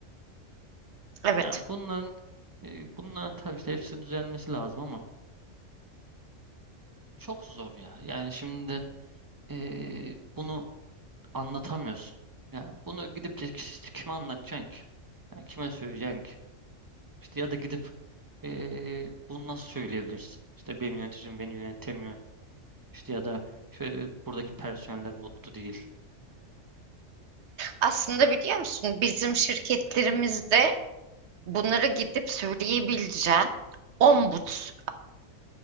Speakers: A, on the right (about 60°); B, on the right (about 20°).
A: Evet.
B: Yani bunların e, bunların tabii işte hepsinin düzelmesi lazım ama Çok zor ya. Yani şimdi eee, bunu anlatamıyorsun. Yani bunu gidip de ki- kime anlatacaksın ki? Yani kime söyleyeceksin ki? İşte ya da gidip eee bunu nasıl söyleyebilirsin? İşte benim yöneticim beni yönetemiyor. İşte ya da işte buradaki personeller mutlu değil.
A: Aslında biliyor musun bizim şirketlerimizde bunları gidip söyleyebileceğin ombuds